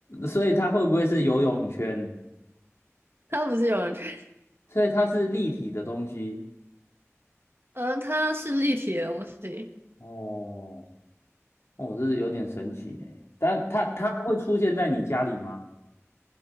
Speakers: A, on the left; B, on the right.
A: 所以它会不会是游泳圈？
B: <laughs> 它不是有人圈，
A: 所以它是立体的东西
B: 呃，它是立体的东西。
A: 哦，哦，这是有点神奇呢。但它它会出现在你家里吗？